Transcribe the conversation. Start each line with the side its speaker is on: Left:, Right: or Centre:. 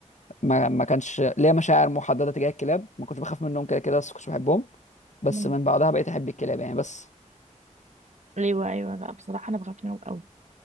Left: ما, ما كانش ليا مشاعر محدده تجاه الكلاب ما كنتش بخاف منهم كده كده بس كنتش بحبهم بس
Right: مم.
Left: من بعدها بقيت احب الكلاب يعني بس
Right: ليه بقى ايوه لا بصراحه انا بخاف منهم قوي